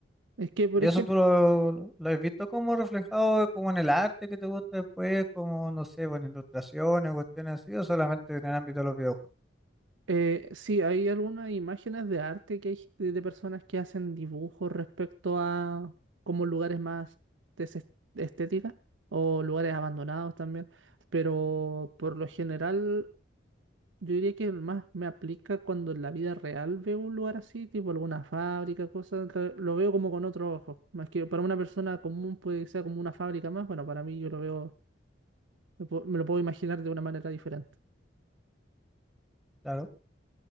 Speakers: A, on the right; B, in the centre.
A: es que, por
B: ¿Y
A: ejemplo,
B: eso tú lo, lo has visto como reflejado como en el arte que te gusta después, como, no sé, bueno, ilustraciones, cuestiones así, o solamente en el ámbito de los videojuegos?
A: eh, sí, hay algunas imágenes de arte que hay g- de, de personas que hacen dibujos respecto a como lugares más des- estéticas o lugares abandonados también, pero por lo general Yo diría que el más me aplica cuando en la vida real veo un lugar así, tipo alguna fábrica, cosas, que lo veo como con otro ojo. Más que para una persona común puede que sea como una fábrica más, bueno, para mí yo lo veo, me puedo- me lo puedo imaginar de una manera diferente.
B: Claro,